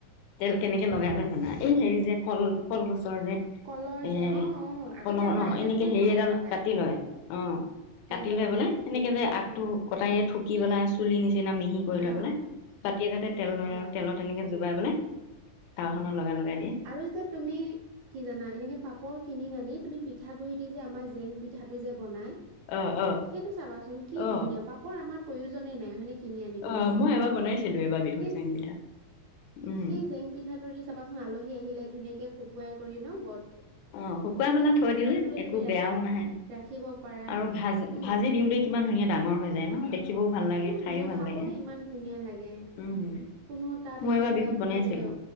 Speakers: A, on the left; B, on the right.
A: তেল কেনেকে লগাই
B: হয়
A: লয় জানা এই হেৰি যে কল কল গছৰ যে
B: কলৰ
A: এ,
B: যে অ অ আগতে
A: কলৰ
B: আমাৰ
A: অ'
B: আইতাহঁতেও
A: এনেকে হেৰি
B: তেনেকে
A: এডাল
B: লগাই
A: কাটি লয় অ'। কাটি
B: লয়
A: লৈ পেলাই
B: যে
A: সেনেকে যে আগটো
B: উম
A: কটাৰীয়ে ঢুকি পেলাই চুলি নিচিনা মিহি কৰি লৈ
B: অ
A: পেলাই বাতি এটাতে তেল লয়
B: হয়
A: আৰু তেলত তেনেকে যোগাই পেলাই টাৱাখনত লগাই লগাই দিয়ে।
B: আৰু যে তুমি কি জানা এনেকে পাপৰ কিনি নানি তুমি পিঠাগুৰি দি যে আমাৰ জেং পিঠাটো যে বনাই
A: অ অ
B: সেইটো চাবাচোন কি
A: অ
B: ধুনীয়া, পাপৰ আমাৰ প্ৰয়োজনে নাই হয়নে কিনি আনিবলে,
A: অ মই এবাৰ বনাইছিলো এবাৰ বিহুত
B: সেই
A: জেং পিঠা। উম
B: সেই জেং পিঠাটো দি চাবাচোন আলহী আহিলে ধুনীয়াকে শুকুৱাই কৰি ন' বন
A: অ' শুকুৱাই মেলা থৈ দিলে একো
B: তুমি ৰা
A: বেয়াও নাহে।
B: ৰাখিব পাৰা
A: আৰু ভাজি
B: উম
A: ভাজি দিওঁতে কিমান ধুনীয়া ডাঙৰ হৈ যায় ন' দে খিবও ভাল লাগে,
B: কিমান
A: খাইও
B: ধুনীয়া
A: ভাল
B: খাবলে
A: লাগে,
B: ইমান ধুনীয়া লাগে
A: উম।
B: কোনো তাত
A: মই
B: একেবাৰে
A: এবাৰ বিহুত বনাইছিলো
B: মানে